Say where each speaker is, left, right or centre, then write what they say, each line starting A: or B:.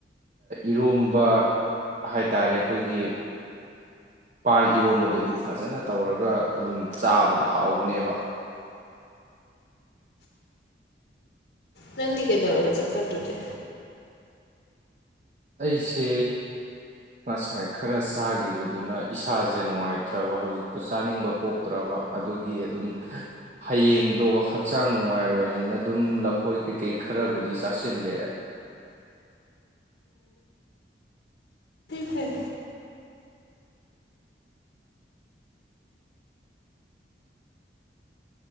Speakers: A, on the right; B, on the left.
A: ꯏꯔꯣꯝꯕ ꯍꯥꯏꯇꯥꯔꯦ ꯑꯩꯈꯣꯏꯒꯤ ꯄꯥꯟ ꯏꯔꯣꯝꯕꯗꯨ ꯑꯗꯨ ꯐꯖꯅ ꯇꯧꯔꯒ ꯑꯗꯨꯝ ꯆꯥꯕꯗ ꯍꯥꯎꯕꯅꯦꯕ
B: ꯅꯪꯗꯤꯀꯩꯇꯧꯔꯕ ꯆꯛ ꯆꯗ꯭ꯔꯗꯤ
A: ꯑꯩꯁꯦ ꯉꯁꯥꯏ ꯈꯔ ꯆꯥꯈꯤꯕꯗꯨꯅ ꯏꯁꯥꯁꯦ ꯅꯨꯡꯉꯥꯏꯇ꯭ꯔꯕ ꯍꯧꯖꯤꯛꯇꯣ ꯆꯥꯅꯤꯡꯕ ꯄꯣꯛꯇ꯭ꯔꯕ ꯑꯗꯨꯒꯤ ꯑꯗꯨꯝ ꯍꯌꯦꯡꯗꯣ ꯍꯛꯆꯥꯡ ꯅꯨꯡꯉꯥꯏꯔꯣꯏꯅ ꯑꯗꯨꯝ ꯂꯐꯣꯏ ꯀꯩꯀꯩ ꯈꯔꯕꯨꯗꯤ ꯆꯥꯁꯤꯜꯂꯦ
B: ꯐꯩ ꯐꯩ